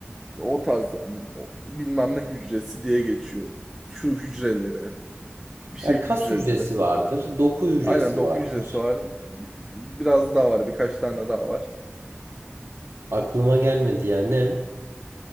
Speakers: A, in the centre; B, on the right (about 80°).
A: o tarz yani O- bilmem ne hücresi diye geçiyor. Şu hücrelere, bir şey
B: ya
A: hücreleri.
B: kas hücresi vardır, doku hücresi
A: Aynen doku
B: vardır.
A: hücresi var. Biraz daha var. Birkaç tane daha var.
B: Aklıma gelmedi ya ne?